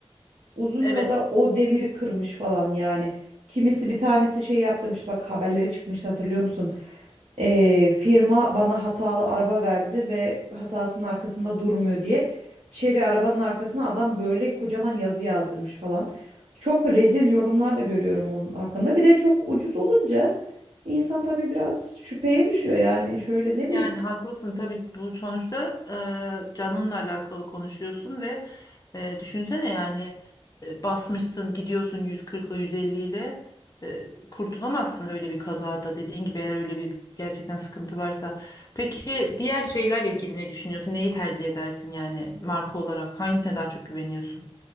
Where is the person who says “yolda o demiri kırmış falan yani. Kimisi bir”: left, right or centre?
Right